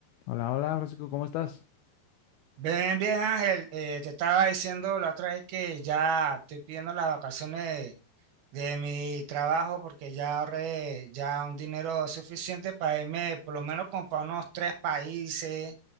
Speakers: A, on the left (about 85°); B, on the right (about 70°).
A: Hola, hola, Francisco, ¿cómo estás?
B: Bien, bien, Ángel. Eh, te estaba diciendo la otra vez que ya estoy pidiendo las vacaciones de, de mi trabajo porque ya ahorré ya un dinero suficiente para irme por lo menos como para unos tres países